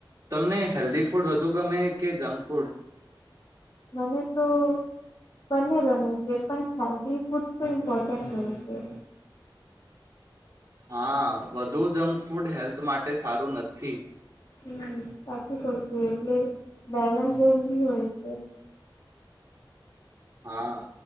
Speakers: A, on the right; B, on the left.
A: તમને હેલ્ધી ફૂડ વધુ ગમે કે જંક ફૂડ
B: મને તો બંને ગમે છે પણ હેલ્ધી ફૂડ તો ઇમ્પોર્ટન્ટ હોય છે.
A: હા વધુ જંક ફૂડ હેલ્થ માટે સારું નથી.
B: હમ સાચું કવ છું, એટલે બેલેન્સ જરૂરી હોય છે.
A: હા